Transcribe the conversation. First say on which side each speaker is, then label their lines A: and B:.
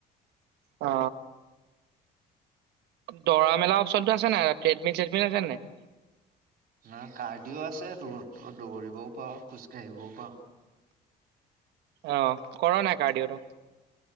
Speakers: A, on the right; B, on the right.
A: অ। দৌৰা মেলা অ'পচনতটো আছে নাই? ট্ৰেডমিল চেডমিল আছে নে নাই?
B: নাহ কাৰ্ডিঅ' আছে তোৰ। তই দৌৰিবও পাৰ' খোজ কাঢ়িবও পাৰ'।
A: অঁ কৰ' নাই কাৰ্ডিঅ' তো?